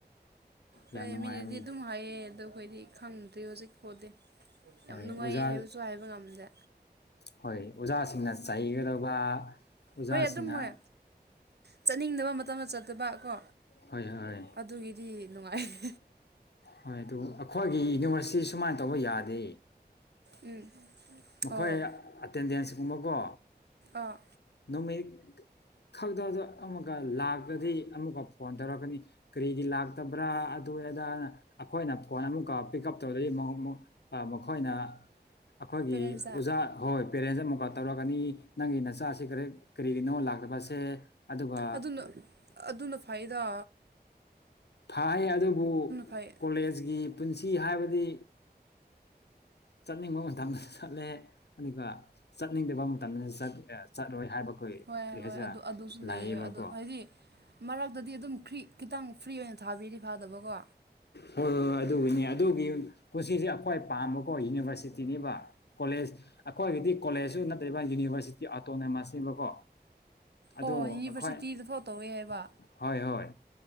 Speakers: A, on the right; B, on the left.
A: ꯍꯣꯏ
B: ꯌꯥꯝ ꯅꯨꯡꯉꯥꯏꯕꯅꯤ
A: ꯃꯤꯅꯗꯤ ꯑꯗꯨꯝ ꯍꯥꯏꯌꯦ ꯑꯗꯣ ꯑꯩꯈꯣꯏꯗꯤ ꯈꯪꯗ꯭ꯔꯤ ꯍꯧꯖꯤꯛ ꯐꯥꯎꯗꯤ꯫ ꯌꯥꯝ
B: ꯍꯣꯏ
A: ꯅꯨꯡꯉꯥꯏ
B: ꯑꯣꯖꯥ
A: ꯍꯥꯏꯕꯁꯨ ꯍꯥꯏꯕ ꯉꯝꯗꯦ꯫
B: ꯍꯣꯏ ꯑꯣꯖꯥꯁꯤꯡꯅ ꯆꯩꯒꯗꯧꯕ ꯑꯣꯖꯥꯁꯤꯡꯅ꯫
A: ꯍꯣꯏ ꯑꯗꯨꯝ ꯍꯣꯏ ꯆꯠꯅꯤꯡꯗꯕ ꯃꯇꯝꯗ ꯆꯠꯇꯕ ꯀꯣ
B: ꯍꯣꯏ ꯍꯣꯏ ꯍꯣꯏ
A: ꯑꯗꯨꯒꯤꯗꯤ ꯅꯨꯡꯉꯥꯏꯔꯦ꫰
B: ꯍꯣꯏ ꯑꯗꯨ ꯑꯩꯈꯣꯏꯒꯤ ꯌꯨꯅꯤꯚꯔꯁꯤꯇꯤ ꯁꯨꯃꯥꯏꯅ ꯇꯧꯕ ꯌꯥꯗꯦ꯫
A: ꯎꯝ
B: ꯃꯈꯣꯏ
A: ꯑꯣ
B: ꯑꯦꯇꯦꯟꯗꯦꯟꯁꯀꯨꯝꯕꯀꯣ
A: ꯑꯥ
B: ꯅꯨꯃꯤꯠ ꯈꯛꯇꯗ ꯑꯃꯨꯛꯀ ꯂꯥꯛꯄꯗꯤ ꯑꯃꯨꯛꯀ ꯐꯣꯟ ꯇꯧꯔꯛꯀꯅꯤ ꯀꯔꯤꯒꯤ ꯂꯥꯛꯇꯕ꯭ꯔꯥ ꯑꯗꯨ ꯑꯩꯈꯣꯏꯅ ꯐꯣꯟ ꯑꯃꯨꯛ ꯄꯤꯛ ꯎꯞ ꯇꯧꯗꯤ ꯃꯈꯣꯏꯅ ꯑꯩꯈꯣꯏꯒꯤ
A: ꯄꯦꯔꯦꯟꯁꯇ
B: ꯑꯣꯖꯥ ꯍꯣꯏ ꯄꯦꯔꯦꯟꯁ ꯑꯃꯨꯛꯀ ꯇꯧꯔꯛꯒꯅꯤ ꯅꯪꯒꯤ ꯅꯆꯥꯁꯤ ꯀꯔꯤ ꯀꯔꯤꯒꯤꯅꯣ ꯂꯥꯛꯇꯕꯁꯦ ꯑꯗꯨꯒ
A: ꯑꯗꯨꯅ ꯑꯗꯨꯅ ꯐꯥꯏꯗꯥ
B: ꯐꯥꯏ ꯑꯗꯨꯕꯨ
A: ꯐꯩ
B: ꯀꯣꯂꯦꯖꯀꯤ ꯄꯨꯟꯁꯤ ꯍꯥꯏꯕꯗꯤ ꯆꯠꯅꯤꯡꯕ ꯃꯇꯝꯗ ꯆꯠꯂꯦ ꯑꯗꯨꯒ ꯆꯠꯅꯤꯡꯗꯕ ꯃꯇꯝꯗ ꯆꯠꯂꯣꯏ ꯍꯥꯏꯕ ꯑꯩꯈꯣꯏ
A: ꯍꯣꯏ
B: ꯀꯔꯤ
A: ꯍꯣꯏ
B: ꯍꯥꯏꯁꯤꯔꯥ
A: ꯑꯗꯨ ꯑꯗꯨꯁꯨ
B: ꯂꯥꯛꯑꯦꯕꯀꯣ
A: ꯂꯩꯌꯦ ꯑꯗꯨ ꯍꯥꯏꯗꯤ ꯃꯔꯛꯇꯗꯤ ꯑꯗꯨꯝ ꯈ꯭ꯔꯤꯛ ꯈꯤꯇꯪ ꯐ꯭ꯔꯤ ꯑꯣꯏꯅ ꯊꯥꯕꯤꯔꯤ ꯐꯥꯗꯕꯀꯣ
B: ꯍꯣꯏꯣꯏ ꯑꯗꯨꯒꯤꯅꯤ ꯑꯗꯨꯒꯤ ꯄꯨꯟꯁꯤꯁꯦ ꯑꯩꯈ꯭ꯋꯥ ꯄꯥꯝꯕꯀꯣ ꯌꯨꯅꯤꯚꯔꯁꯤꯇꯤꯅꯤꯕ ꯀꯣꯂꯦꯖ ꯑꯩꯈꯣꯏꯒꯤꯗꯤ ꯀꯣꯂꯦꯖꯁꯨ ꯅꯠꯇ꯭ꯔꯕ ꯌꯨꯅꯤꯚꯔꯁꯤꯇꯤ ꯑꯣꯇꯣꯅꯣꯃꯁꯅꯦꯕꯀꯣ ꯑꯗꯨ
A: ꯑꯣ ꯌꯨꯅꯤꯚꯔꯁꯤꯇꯤꯗ
B: ꯑꯩꯈꯣꯏ
A: ꯐꯥꯎ ꯇꯧꯋꯦ ꯍꯥꯏꯕ
B: ꯍꯣꯏ ꯍꯣꯏ